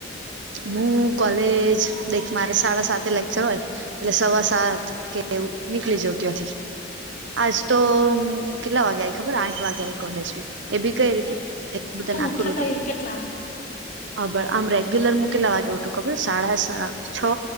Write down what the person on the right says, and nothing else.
હું કોલેજ દેખ મારે સાડા સાતે લેક્ચર હોય. એટલે સવા સાત કે હું નીકળી જવું ત્યાંથી. આજ તો કેટલાં વાગેઆયી ખબર હું આઠ વાગે આયી કોલેજ. એ બી કઈ રીતે,
તને
આખું
રૂટી..
હ, પણ આમ રેગ્યુલર હું કેટલા વાગે ઉઠું ખબર સાડા સાત કે છ..